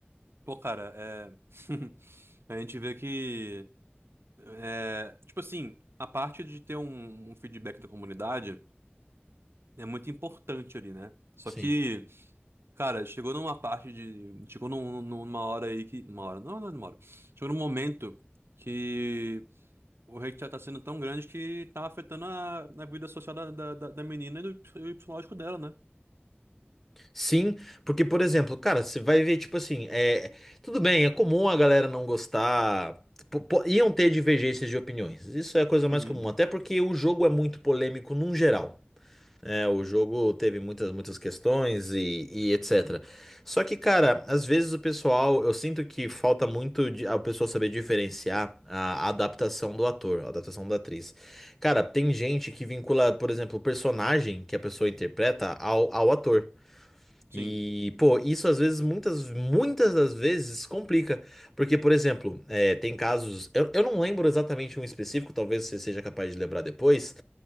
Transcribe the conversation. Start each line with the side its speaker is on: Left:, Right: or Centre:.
Right: Pô, cara, é... <laughs> A gente vê que... É... Tipo assim, a parte de ter um, um feedback da comunidade é muito importante ali, né? Só
Centre: sim.
Right: que, cara, chegou numa parte de... Chegou num- numa hora aí que... Numa hora? Não, não é numa hora. Chegou num momento que o hate já tá sendo tão grande que tá afetando a, a vida social da, da, da da menina e do psicológico dela, né?
Centre: Sim, porque, por exemplo, cara, você vai ver, tipo assim, é, tudo bem, é comum a galera não gostar, po- po- iam ter divergências de opiniões, isso é a coisa
Right: Uhum.
Centre: mais comum, até porque o jogo é muito polêmico num geral, né? O jogo teve muitas, muitas questões e, e etc. Só que, cara, às vezes o pessoal, eu sinto que falta muito de, a pessoa saber diferenciar a adaptação do ator, a adaptação da atriz. Cara, tem gente que vincula, por exemplo, o personagem que a pessoa interpreta ao, ao ator.
Right: Sim.
Centre: E, pô, isso às vezes, muitas, muitas das vezes complica. Porque, por exemplo, é, tem casos. Eu, eu não lembro exatamente um específico, talvez você seja capaz de lembrar depois.